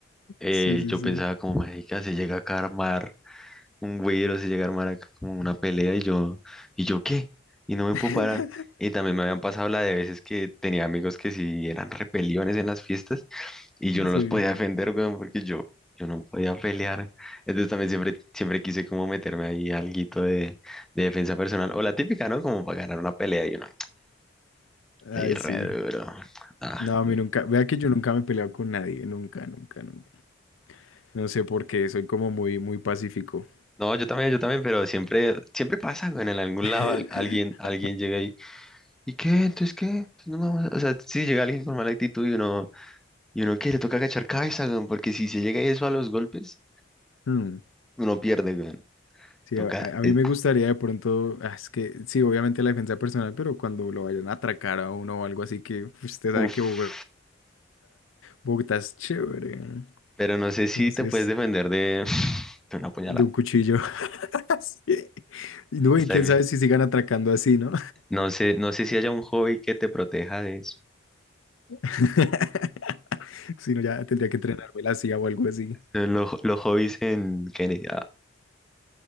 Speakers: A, in the centre; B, on the left.
A: eh,
B: Sí, sí,
A: yo
B: sí.
A: pensaba como, marica, se llega a armar un güero se llega a armar acá como una pelea y yo, ¿y yo qué? Y no me
B: <laughs>
A: puedo parar. Y también me habían pasado la de veces que tenía amigos que sí eran repeliones en las fiestas y yo no los
B: Sí.
A: podía defender, weón, porque yo, yo no podía pelear. Entonces también siempre, siempre quise como meterme ahí alguito de, de defensa personal o la típica, ¿no? Como para ganar una pelea y yo no,
B: Ay,
A: le di re
B: sí.
A: duro. Ah,
B: No, a
A: no,
B: mí nunca, vea que yo nunca me he peleado con nadie, nunca, nunca, nunca. No sé por qué, soy como muy, muy pacífico.
A: No, yo también, yo también, pero siempre, siempre pasa, weón, en algún
B: <laughs>
A: lado al- alguien, alguien llega y ¿Y qué? Entonces, ¿qué? Entonces, no vamos a- O sea, si llega alguien con mala actitud y uno, y uno que le toca agachar cabeza, weón, porque si se llega eso a los golpes,
B: Hmm.
A: uno pierde, weón.
B: Sí,
A: Toca.
B: a, a- a mí
A: eh,
B: me gustaría de pronto, ah, es que sí, obviamente la defensa personal, pero cuando lo vayan a atracar a uno o algo así, que pues, usted sabe
A: uf.
B: que Bogotá, Bogotá es chévere. ¿no?
A: Pero no sé si
B: Entonces,
A: te puedes defender de, <laughs> de una puñalada.
B: de un cuchillo. <laughs> Sí. Y no,
A: Está
B: y quién
A: difícil.
B: sabe si sigan atracando así, ¿no?
A: No sé, no sé si haya un hobby que te proteja de eso.
B: <laughs> Si no, ya tendría que entrenarme la CIA o algo así.
A: <laughs> Los, los hobbies en Kennedy. ah.